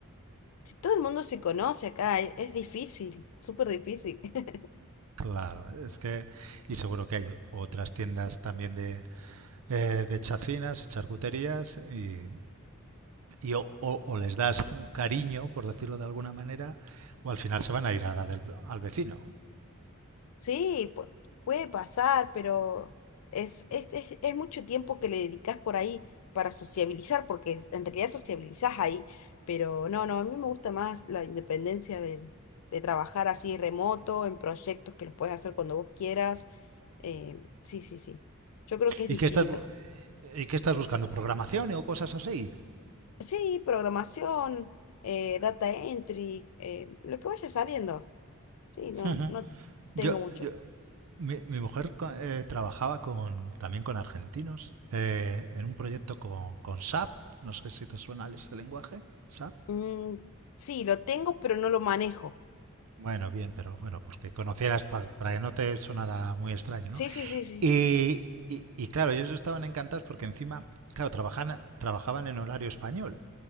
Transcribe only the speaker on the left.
Si todo el mundo se conoce acá, e- es, difícil, súper difícil. <laughs>
Sí, pu- puede pasar, pero es, es, es, es mucho tiempo que le dedicas por ahí para sociabilizar, porque es- en realidad sociabilizás ahí. Pero no, no, a mí me gusta más la independencia de, de trabajar así remoto, en proyectos que los puedes hacer cuando vos quieras. eh, sí, sí, sí. Yo creo que es
distinta.
Sí, programación, eh, data entry, eh, lo que vaya saliendo. Sí, no,
no tengo
mucho.
Mm, sí, lo tengo, pero no lo manejo.
Sí,
sí, sí, sí.